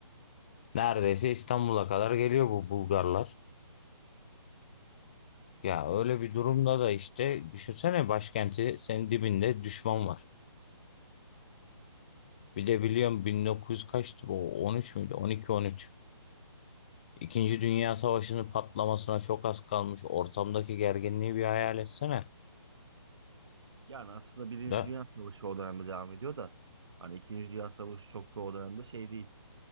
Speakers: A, on the left; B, on the right.
A: Neredeyse İstanbul'a kadar geliyor bu Bulgarlar. Ya öyle bir durumda da işte düşünsene başkenti senin dibinde düşman var. Bir de biliyorum 1900 kaçtı bu 13 müydü? 12-13. İkinci Dünya Savaşı'nın patlamasına çok az kalmış. Ortamdaki gerginliği bir hayal etsene.
B: Yani aslında Birinci
A: Da,
B: Dünya Savaşı o dönemde devam ediyor da hani İkinci Dünya Savaşı çok da o dönemde şey değil.